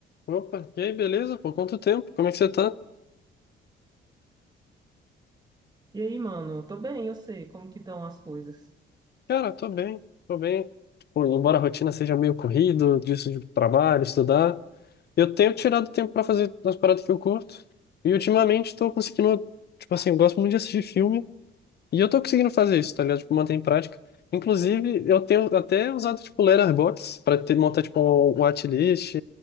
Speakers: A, on the left; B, on the right.
A: Opa, e aí, beleza? Por quanto tempo? Como é que você tá?
B: E aí, mano, tô bem, eu sei como que estão as coisas.
A: Cara, tô bem, tô bem. Tipo, embora a rotina seja meio corrido, disso de trabalho, estudar, eu tenho tirado tempo pra fazer as paradas que eu curto. E ultimamente tô conseguindo, tipo assim, eu gosto muito de assistir filme, E eu tô conseguindo fazer isso, tá ligado? Tipo, manter em prática. Inclusive, eu tenho até usado, tipo, letter box para ter, montar, tipo, um watchlist